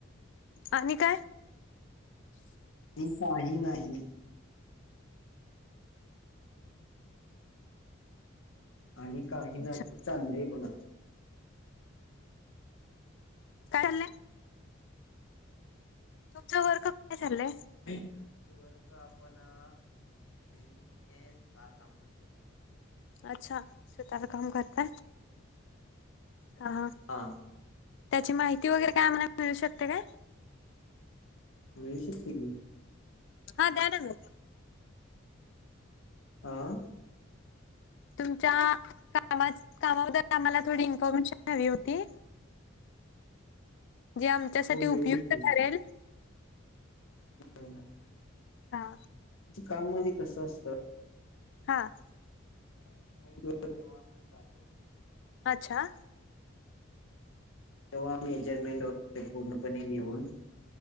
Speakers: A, on the left; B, on the left.
A: आणि काय?
B: ही काही नाही. आणि काही नाही
A: अच्छा.
B: चाललंय बघा.
A: काय चाललंय? तुमचं वर्क काय चाललंय?
B: आमचं वर्क आपण मी सुतार काम करतो.
A: अच्छा! सुतार काम करताय? अ हा.
B: हा.
A: त्याची माहिती वगैरे काय आम्हाला मिळू शकते काय?
B: मिळू शकते की.
A: हा दया ना ग.
B: आं?
A: तुमच्या कामा कामाबद्दल आम्हाला थोडी इन्फॉर्मेशन हवी होती.
B: <inaudible>
A: जे आमच्यासाठी
B: हो मिळेल
A: उपयुक्त ठरेल.
B: हम्.
A: हां.
B: ते काम म्हणजे कसं असतं
A: हां.
B: साईट वर जेव्हा आपण जातो
A: अच्छा.
B: तेव्हा मेजरमेंट वगैरे पूर्णपणे लिहून